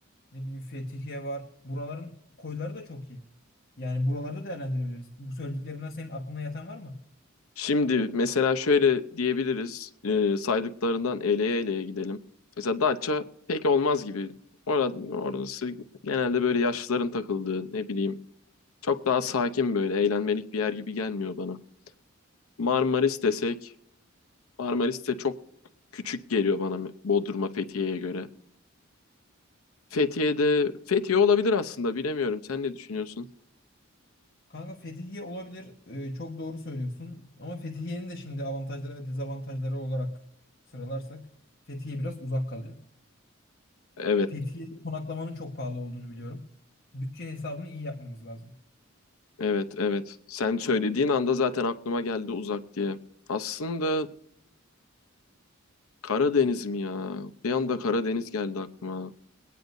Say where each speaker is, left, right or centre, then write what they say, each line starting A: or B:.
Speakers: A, on the left; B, on the left.
A: ne bileyim Fethiye var. Buraların koyları da çok iyi. Yani buralarda değerlendirebiliriz. Bu söylediklerimden senin aklına yatan var mı?
B: Şimdi mesela şöyle diyebiliriz e, saydıklarından eleye eleye gidelim. Mesela Datça pek olmaz gibi Orada orası genelde böyle yaşlıların takıldığı ne bileyim çok daha sakin böyle eğlenmelik bir yer gibi gelmiyor bana. Marmaris desek Marmaris de çok küçük geliyor bana Bodrum'a Fethiye'ye göre. Fethiye'de Fethiye olabilir aslında bilemiyorum. Sen ne düşünüyorsun?
A: Kanka Fethiye olabilir. E, çok doğru söylüyorsun. Ama Fethiye'nin de şimdi avantajları ve dezavantajları olarak sıralarsak Fethiye biraz uzak kalıyor.
B: Evet,
A: Fethiye'de konaklamanın çok pahalı olduğunu biliyorum. Bütçe hesabını iyi yapmamız lazım.
B: evet, evet. Sen söylediğin anda zaten aklıma geldi uzak diye. Aslında Karadeniz mi ya? Bir anda Karadeniz geldi aklıma.